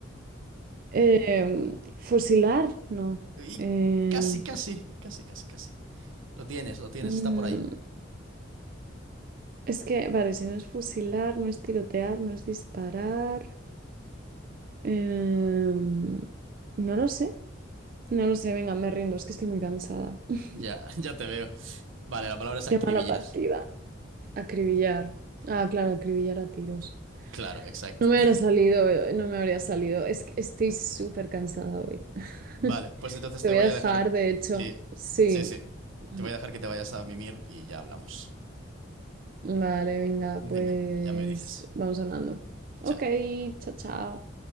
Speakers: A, on the right; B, on the right.
A: Em, fusilar, no.
B: Y
A: Em,
B: casi, casi, casi, casi, casi. Lo tienes, lo tienes,
A: mm,
B: está por ahí.
A: es que, vale, si no es fusilar, no es tirotear, no es disparar. Em, no lo sé, no lo sé, venga, me rindo, es que estoy muy cansada. <laughs>
B: Ya, <laughs> ya te veo. Vale, la palabra es acribillar.
A: Qué mala partida. Acribillar. Ah, claro, acribillar a tiros.
B: Claro, exacto.
A: No me
B: <laughs>
A: habría salido, eh, no me habría salido. Es que estoy súper cansada hoy.
B: Vale,
A: <laughs>
B: pues entonces
A: Te
B: te
A: voy
B: voy
A: a
B: a
A: dejar,
B: dejar.
A: de hecho.
B: Sí,
A: Sí.
B: sí, sí.
A: Mm,
B: Te voy a dejar que te vayas a mimir y ya hablamos.
A: Vale, venga,
B: Venga,
A: pues
B: ya me dices.
A: vamos hablando. Ok,
B: Chao.
A: chao, chao.